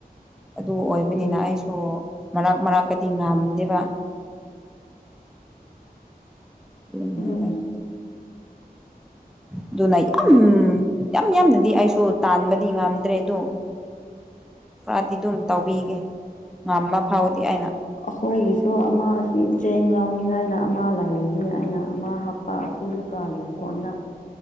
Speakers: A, in the centre; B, on the left.
A: ꯑꯗꯨ ꯑꯣꯏꯕꯅꯤꯅ
B: ꯎꯝ
A: ꯑꯩꯁꯨ ꯃꯔꯛ ꯃꯔꯛꯇꯗꯤ ꯉꯝꯗꯦꯕ ꯑꯗꯨꯅꯤꯗ
B: ꯄꯤꯖꯒꯅꯨ
A: ꯑꯗꯨꯅ ꯌꯥꯝ ꯌꯥꯝ ꯌꯥꯝꯅꯗꯤ ꯑꯩꯁꯨ ꯇꯥꯟꯕꯗꯤ ꯉꯝꯗ꯭ꯔꯦ ꯑꯗꯨ ꯈꯔꯗꯤ ꯑꯗꯨꯝ ꯇꯧꯕꯤꯒꯦ ꯉꯝꯕ ꯐꯥꯎꯗꯤ ꯑꯩꯅ
B: ꯑꯩꯈꯣꯏꯒꯤꯁꯨ ꯑꯃ ꯑꯁꯤ ꯆꯦꯡ ꯂꯧꯅꯤꯡꯉꯥꯏꯅ ꯑꯃ ꯂꯩꯔꯤꯌꯦ ꯑꯩꯅ ꯑꯃ ꯍꯥꯞ ꯄꯥ ꯑꯁꯤ ꯂꯨꯀꯥꯒꯤ ꯐꯣꯟꯗ